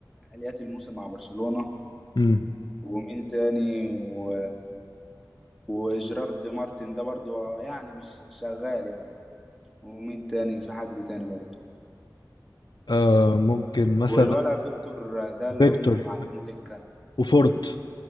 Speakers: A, in the centre; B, on the left.
A: آليات الموسم مع برشلونة
B: امم
A: ومين تاني و... وجيرارد مارتن ده برضو آه، يعني مش شغال يعني ومين تاني في حد تاني برضو
B: آه ممكن مثلا
A: والولا فيكتور ده اللي
B: فيكتور
A: هم معادينه دكة
B: وفورت